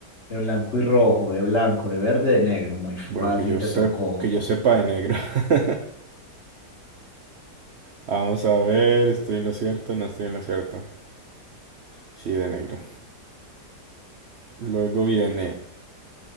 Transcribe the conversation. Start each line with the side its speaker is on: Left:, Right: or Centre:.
Left: De blanco y rojo, de blanco, de verde, de negro. Muy fácil,
Right: Bueno, que yo
Left: te
Right: sepa,
Left: tocó.
Right: que yo sepa de negro. <laughs> Vamos a ver, ¿estoy en lo cierto? No estoy en lo cierto. Sí, de negro. Luego viene